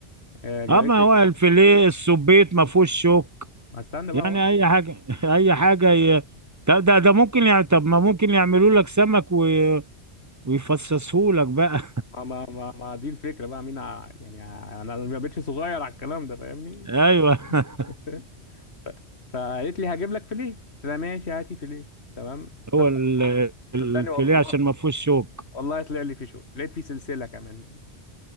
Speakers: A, on the left; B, on the right.
A: آه، جابت
B: اه ما
A: لي
B: هو الفيليه السبيط ما فيهوش شوك
A: ما استنى بقى
B: يعني اي حاجه <laughs> اي حاجه ي... ده ده ده ممكن يعني طب ما ممكن يعملوا لك سمك و... ويفصصوه لك بقى
A: ما ما ما ما دي الفكره بقى مين ع- يعني ع- انا ما بقتش صغير على الكلام ده فاهمني
B: <laughs> ايوه <laughs>
A: <laughs> فقالت لي هجيب لك فيليه قلت لها ماشي هاتي فيليه تمام تصدق
B: هو ال... الفيليه
A: صدقني والله
B: عشان ما فيهوش شوك
A: والله طلع لي في شوك لقيت فيه سلسله كمان